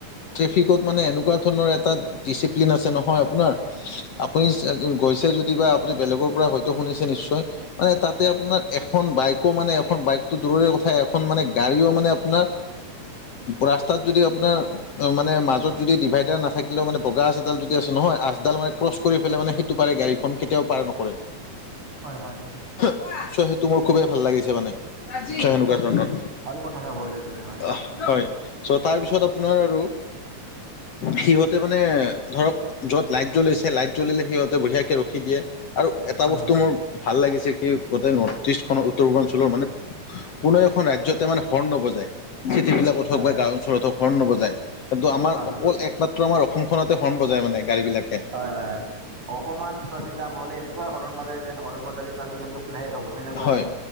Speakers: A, on the left; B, on the right.
A: ট্ৰেফিকত মানে এনেকুৱা ধৰণৰ এটা ডিচিপ্লিন আছে নহয় আপোনাৰ আপুনি গৈছে যদি বা আপুনি বেলেগৰ পৰা হয়তো শুনিছে নিশ্চয় মানে তাতে আপোনাক এখন বাইকো মানে এখন বাইকতটো দূৰৰে কথা এখন মানে গাড়ীও মানে আপোনাৰ ৰাস্তাত যদি আপোনাৰ অ', মানে মাজত যদি ডিভাইডাৰ নাথাকিলেও মানে বগা আঁচডাল যদি আছে নহয়, আঁচডাল মানে ক্ৰচ কৰি পেলাই মানে সেইটো পাৰে গাড়ীখন কেতিয়াও পাৰ নকৰে
B: হয় হয় হয়
A: ছ সেইটো মোৰ খুবেই ভাল লাগিছে মানে ছ
B: হয়
A: সেনেকুৱা
B: হয় সেইটো
A: ধৰণৰ
B: ভাল কথা চাবলৈ গ'লে হয়
A: আহ হয় চ' তাৰপিছত আপোনাৰ আৰু সিহঁতে মানে ধৰক য'ত লাইট জ্বলিছে লাইট জ্বলিলে সিহঁতে বঢ়িয়াকে ৰখি ৰাখি দিয়ে আৰু এটা
B: হয়
A: বস্তু
B: হয়
A: মোৰ ভাল লাগিছে কি গোটেই নৰ্থ ইষ্টখনৰ উত্তৰ পূৰ্বাঞ্চলৰ মানে কোনো এখন ৰাজ্যতে মানে হৰ্ণ নবজায় যি টি বিলাকত
B: হয়
A: হওক বা
B: হয়
A: গাঁও অঞ্চলত হওক হৰ্ণ নবজায় কিন্তু আমাৰ
B: হয়
A: অকল একমাত্ৰ আমাৰ অসমখনতে হৰ্ণ বজাই মানে গাড়ী বিলাক
B: হয় হয় অকনমান ট্ৰাফিক জাম হলে এনেকুৱা হৰণ মাৰে যেন হৰণ বাজালে ট্ৰেফিক জামটো চাব সেনেকুৱা
A: হয়
B: যেন